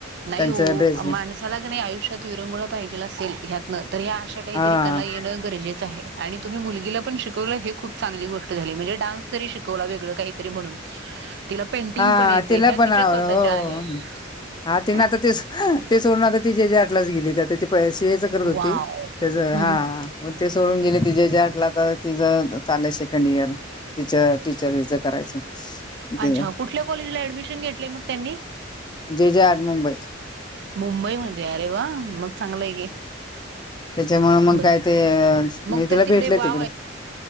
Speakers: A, on the right; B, on the left.
A: नाही
B: त्यांच
A: हो
B: ड्रेस
A: माणसाला की नाही आयुष्यात विरंगुळ पाहिजेला असेल ह्यातन तर ह्या अशा काहीतरी
B: हा
A: कला येणं गरजेचं आहे आणि तुम्ही मुलगीला पण शिक श खप चांगली गोष्ट झाली म्हणजे डान्स तरी शिकवला वेगळं काहीतरी म्हणून तिला पेंटिंग
B: हा
A: पण येते
B: तिला
A: ह्या
B: पण
A: तिच्या
B: आवड
A: स्वतःच्या
B: हो
A: आहेत
B: हा ते ना आता ते सोडून आता त जे जे क्लास घेती करत होती
A: वाव
B: त्या
A: हम्म
B: हा ते सोडून गेले आठ लाख तिचं चालय सेकंड इयर टीचर टीचर विच करायचं म्हणजे
A: अच्छा कुठल्या कॉलेजला ऍडमिशन घेतलंले मग त्यांनी
B: जे जे आर्ट मुंबई
A: मुंबईमध्ये अरे वा मग चांगलं आहे की
B: त्यांच्यामुळे मग
A: ब
B: काय ते अ म्हणजे
A: मग
B: तिला
A: तर तिकडे
B: भेटलंय
A: वाव
B: तिकडं
A: आहे